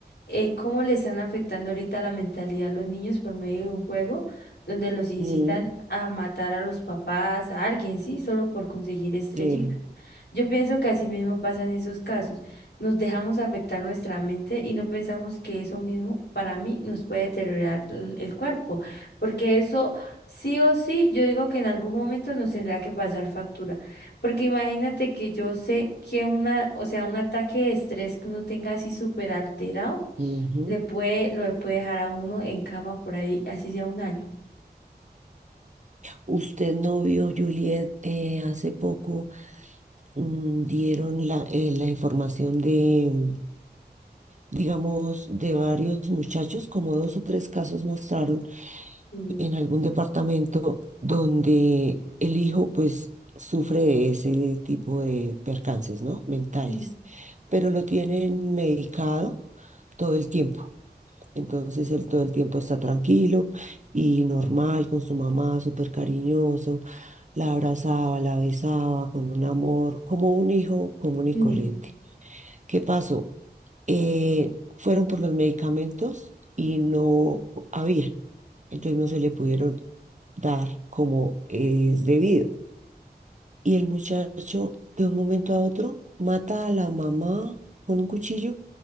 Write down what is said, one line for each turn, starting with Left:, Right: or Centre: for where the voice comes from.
Left: eh, cómo le están afectando ahorita la mentalidad a los niños por medio de un juego donde los incitan
Right: Mm,
Left: a matar a los papás, a alguien, sí, solo por conseguir estrellitas.
Right: sí,
Left: Yo pienso que así mismo pasan esos casos. Nos dejamos afectar nuestra mente y no pensamos que eso mismo para mí nos puede deteriorar el el cuerpo, porque eso sí o sí, yo digo que en algún momento nos tendrá que pasar factura. Porque imagínate que yo sé que una, o sea, un ataque de estrés que uno tenga así súper alterado,
Right: ujú.
Left: le puede, lo puede dejar a uno en cama por ahí, así sea un año.
Right: Usted no vio, Juliet, eh, hace poco mm, dieron la, eh, la información de digamos, de varios muchachos, como dos o tres casos mostraron
Left: Mm,
Right: en algún departamento donde el hijo pues sufre de ese tipo de percances, ¿no? Mentales,
Left: mm,
Right: pero lo tienen medicado todo el tiempo. Entonces él todo el tiempo está tranquilo y normal con su mamá, súper cariñoso, la abrazaba, la besaba con un amor, como un hijo común y
Left: mm.
Right: corriente. ¿Qué pasó? eh, fueron por los medicamentos y no había. Entonces no se le pudieron dar como es debido. Y el muchacho de un momento a otro mata a la mamá con un cuchillo,